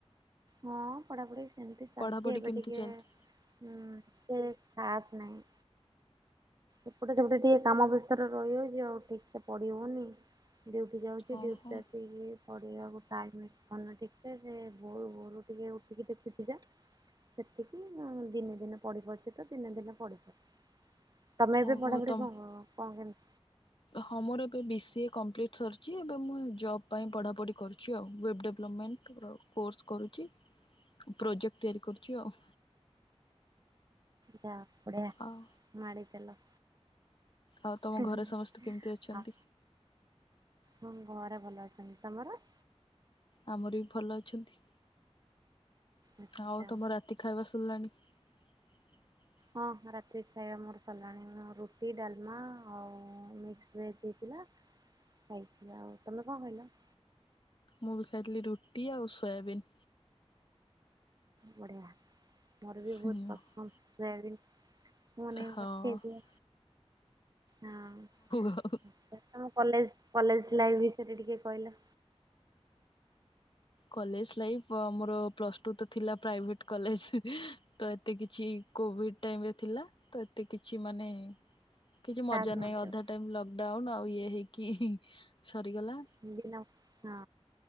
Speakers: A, on the right (about 35°); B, on the left (about 50°).
A: ହଁ ପଢାପଢି ସେମିତି
B: ପଢ଼ାପଢ଼ି
A: ଚାଲିଛି। ଏବେ
B: କେମିତି
A: ଟିକେ
B: ଚାଲିଛି
A: ଉଁ ଏତେ ଖାସ୍ ନାହିଁ। ଏପଟେ, ସେପଟେ ଟିକେ କାମ ବ୍ୟସ୍ତ ରେ ରହିହଉଛି ଆଉ ଠିକ୍ ସେ ପଢି ହଉନି। ଡିଉଟି ଯାଉଛି,
B: ଓହୋ
A: ଡିଉଟି ରୁ ଆସିକିରି ପଢ଼ିବାକୁ ଟାଇମ ଟାଇମ୍ ହଉନି ଠିକ୍ ସେ ଯେ ଭୋରୁ ଭୋରୁ ଟିକେ ଉଠିକି ଦେଖୁଛି ଯା। ସେତିକି ନାଁ ଦିନେ ଦିନେ ପଢି ପାରୁଛି, ତ ଦିନେ ଦିନେ ପଢି ପାରୁନି। ତମେ ଏବେ
B: ଓହୋ
A: ପଢାପଢି
B: ତମ
A: କଣ, କଣ କେମିତି?
B: ହଁ ମୋର ଏବେ ବି ସିଏ କମ୍ପ୍ଲିଟ୍ ସରିଛି। ଏବେ ମୁଁ ଜବ୍ ପାଇଁ ପଢ଼ାପଢ଼ି କରୁଛି ଆଉ। ୱେବ୍ ଡେଭଲପମେଣ୍ଟ ଟପ କୋର୍ସ କରୁଛି, ପ୍ରୋଜେକ୍ଟ ତିଆରି କରୁଛି ଆଉ।
A: ଯା ବଢିଆ
B: ଆଉ
A: ମାଡିଚାଲ।
B: ଆଉ ତମ
A: ହୁଁ
B: ଘରେ
A: ହୁଁ
B: ସମସ୍ତେ କେମିତି ଅଛନ୍ତି?
A: ଆ ହଁ ଘରେ ଭଲ ଅଛନ୍ତି ତମର?
B: ଆମର ବି ଭଲ ଅଛନ୍ତି
A: ଆଚ୍ଛା।
B: ଆଉ ତମ ରାତି ଖାଇବା ସରିଲାଣି? ହିଁ
A: ହଁ ରାତି ଖାଇବା ମୋର ସରିଲାଣି ମୋ ରୁଟି ଡାଲମା ଆଉ ମିକ୍ସ୍ ଭେଜ୍ ହେଇଥିଲା ଖାଇଥିଲି ଆଉ ତମେ କଣ ଖାଇଲ?
B: ମୁଁ ବି ଖାଇଥିଲି ରୁଟି ଆଉ ସୋୟାବିନ୍।
A: ବଢିଆ ମୋର ବି
B: ହଁ
A: ବହୁତ ପସନ୍ଦ ସୋୟାବିନ। ମୋ ନାଗି
B: ହଉ
A: ପଠେଇ ଦିଅ ହଁ।
B: ଆଉ।
A: ତମ କଲେଜ୍ କଲେଜ୍ ଲାଇଫ୍ ବିଷୟରେ ଟିକେ କହିଲ?
B: କଲେଜ ଲାଇଫ୍ ଅ ମୋର ପ୍ଲସ ଟୁ ତ ଥିଲା ପ୍ରାଇଭେଟ କଲେଜ ତ ଏତେ କିଛି କୋଭିଡ଼୍ ଟାଇମିଂ ଥିଲା। ତ ଏତେ କିଛି ମାନେ କିଛି
A: ଖାସ୍
B: ମଜା ନାହିଁ
A: ନଥିବ।
B: ଅଧା ଟାଇମ୍ ଲକଡାଉନ୍ ଆଉ ଇଏ ହେଇକି ହିଁ ସରିଗଲା।
A: ପିଘଂ‌ନ ହଁ